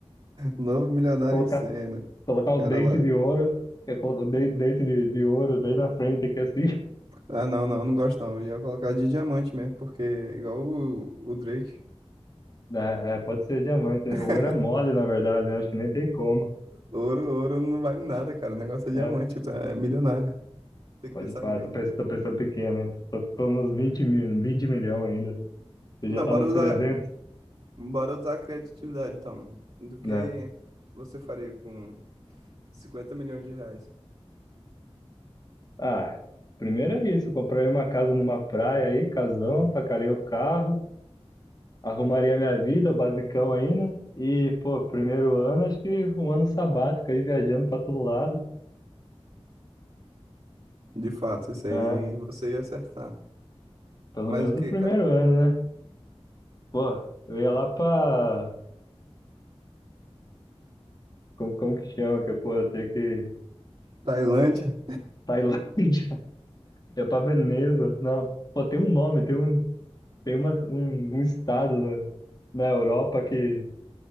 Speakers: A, on the right; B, on the left.
A: Novo milionário
B: Colocar,
A: em cena.
B: colocar
A: O
B: o
A: cara
B: dente
A: lá.
B: de ouro. Eu coloco o de- dente de, de ouro bem na frente aqui, assim. <laughs>
A: Ah, não, não, não gosto não. Eu ia colocar de diamante mesmo, porque é igual o, o Drake.
B: É, é, pode ser diamante,
A: <laughs>
B: né? O ouro é mole, na verdade. né? Acho que nem tem como.
A: Ouro, ouro não vale nada, cara. O negócio é
B: É,
A: diamante, tu é milionário. Tem
B: pode
A: que pensar
B: pá.
A: grande.
B: Tô pensando, tô pensando pequeno, né? Tô, tô nos 20 mil, 20 milhões ainda. Você
A: Não,
B: já tá
A: bora
B: nos
A: usar,
B: trezentos,
A: bora usar a criatividade, então. Do que
B: né?
A: você faria com cinquenta milhões de reais?
B: Ah, primeiro é isso. Comprei uma casa numa praia aí, casão, tacarei o carro. arrumaria minha vida, o basicão aí, né? E, pô, primeiro ano, acho que um ano sabático aí, viajando pra todo lado.
A: De fato, isso
B: É,
A: aí você ia acertar.
B: pelo
A: Mas
B: menos
A: o que,
B: o primeiro
A: cara?
B: ano, né? Pô, eu ia lá pra. Como, como que chama? Que, pô, eu tenho que.
A: Tailândia?
B: Tailândia, <laughs> é pra Veneza, não. Pô, tem um nome, tem um, tem uma, um, um estado na, na Europa que,